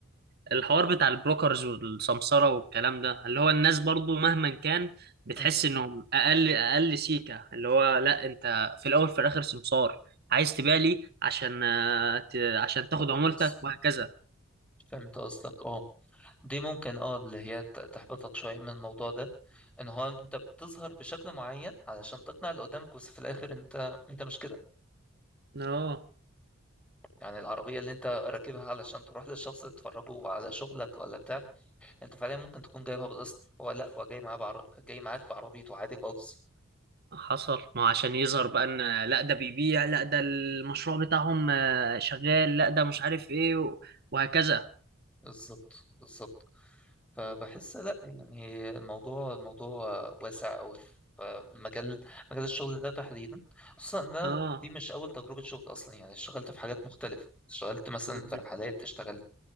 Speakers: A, on the right; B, in the centre.
A: الحوار بتاع البروكرز والسمسرة والكلام ده اللي هو الناس برضو مهما كان بتحس
B: امم
A: انهم اقل اقل سيكة اللي هو لا انت في الاول في الاخر سمسار عايز تبيع لي عشان آه، ت- عشان تاخد
B: تاخد
A: عمولتك
B: نص
A: وهكذا
B: فهمت قصدك اه دي ممكن اه اللي هي ت- تحبطك شوية من الموضوع ده ان هو انت بتظهر بشكل معين علشان تقنع اللي قدامك بس في الاخر انت انت مش كده
A: اه
B: يعني العربية اللي انت راكبها علشان تروح للشخص تتفرجه على شغلك ولا بتاع انت فعليا ممكن تكون جايبها بالقسط هو لا هو جاي معاه بعر... جاي معاك بعربيته عادي خالص
A: حصل ما هو عشان يظهر بقى ان لا ده بيبيع لا ده المشروع بتاعهم آه، شغال لا ده مش عارف ايه و- وهكذا
B: بالظبط بالظبط فبحس لا يعني الموضوع الموضوع واسع قوي فمجال مجال مجال الشغل ده تحديدا خصوصا ان انا
A: اه
B: دي مش اول تجربه شغل اصلا يعني اشتغلت في حاجات مختلفه اشتغلت مثلا
A: مهم.
B: في رحلات اشتغلت